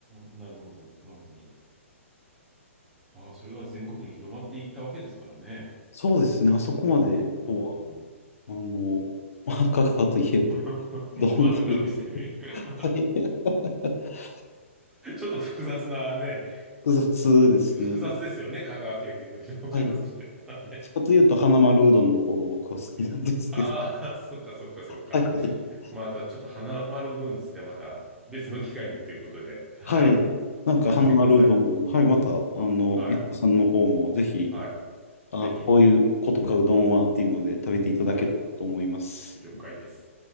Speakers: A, in the centre; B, on the left.
A: なるほど、なるほど。ああ、それが全国に広まっていったわけですからね。
B: そうですね。あそこまでとは、
A: うん。
B: あの、まあ、香川といえば、
A: <laughs>
B: うどんって、
A: 丸亀製麺 <laughs> ち
B: はい <laughs>
A: ょっと複雑なね、
B: 複雑ですね。
A: 複雑ですよね、香川県民の人からすればね。
B: はい。どっちかというと、花丸うどんの方が僕は好きなんですけど。
A: <laughs> ああ、そっかそっかそっか。
B: <laughs> はい。
A: またちょっと花丸うどんについてはまた別の機会にということで、はい、
B: はい。なんか、
A: させてください。
B: 花丸うどんも、はい、また、あの、
A: はい、
B: 伊藤さんの方も、ぜひ、
A: はい、
B: あ、
A: ぜひ、
B: こういうことか、うどんはっていうので、食べていただけたらと思います。
A: はい、了解です。